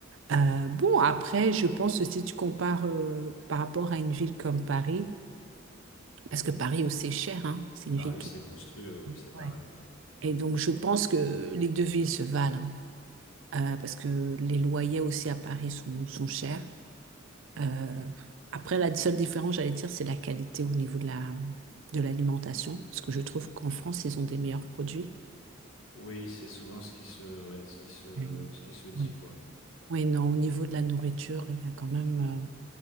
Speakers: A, on the right; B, on the left.
A: Euh, bon, après, je pense que si tu compares euh, par rapport à une ville comme Paris, Parce que Paris aussi est cher, hein. C'est une
B: Paris,
A: ville qui... est...
B: c'est monstrueux, oui, c'est pareil.
A: Ouais.
B: hein.
A: Et donc, je pense que les deux villes se valent, hein. Euh, parce que les loyers aussi à Paris sont, sont chers. Euh, après, la seule différence, j'allais dire, c'est la qualité au niveau de la, de l'alimentation, parce que je trouve qu'en France, ils ont des meilleurs produits.
B: Oui, c'est souvent ce qui se, ouais, ce qui se,
A: Mhm.
B: ce qui se dit,
A: Oui.
B: quoi.
A: Oui, non, au niveau de la nourriture, il y a quand même, euh,